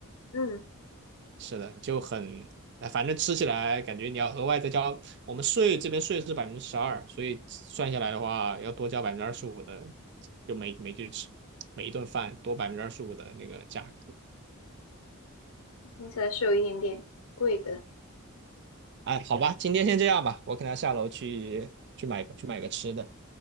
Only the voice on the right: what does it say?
是的，就很，哎，反正吃起来感觉你要额外再交，我们税这边税是百分之十二，所以算下来的话要多交百分之二十五的，就每每句吃每一顿饭多百分之二十五的那个价格。
哎，好吧，今天先这样吧，我可能要下楼去去买去买个吃的。